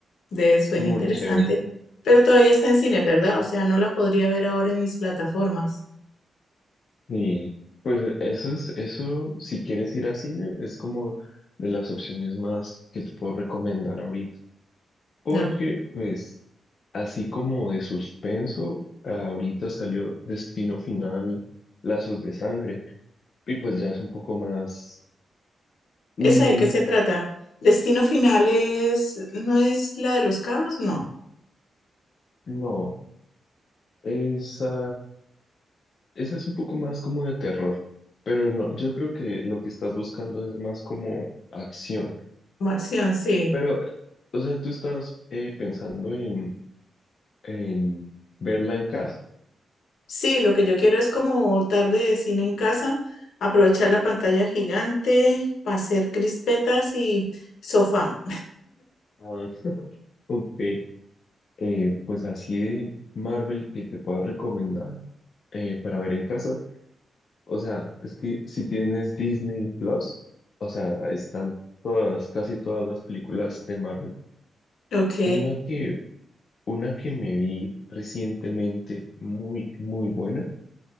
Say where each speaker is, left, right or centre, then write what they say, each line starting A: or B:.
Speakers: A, on the left; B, on the left.
A: de, suena
B: muy
A: interesante,
B: chévere.
A: pero todavía está en cine, ¿verdad? O sea, no la podría ver ahora en mis plataformas.
B: Y pues eso es, eso si quieres ir a cine es como de las opciones más que te puedo recomendar ahorita. Porque
A: No.
B: pues así como de suspenso, ahorita salió Destino Final, Lazos de Sangre y pues ya es un poco más... mm,
A: ¿Esa de qué se trata? ¿Destino final es, no es la de los carros? No.
B: no, esa Esa es un poco más como de terror, pero no, yo creo que lo que estás buscando es más como acción.
A: Como Acción, sí.
B: Pero, eh, o sea, tú estás eh, pensando en, en verla en casa.
A: Sí, lo que yo quiero es como tarde de cine en casa, aprovechar la pantalla gigante para hacer crispetas y sofá.
B: Ah, <laughs> ok. Eh, pues así de Marvel que te pueda recomendar eh, para ver en casa. O sea, es que si tienes Disney Plus, o sea, están todas, casi todas las películas de Marvel.
A: Ok,
B: Una que Una que me vi recientemente muy, muy buena,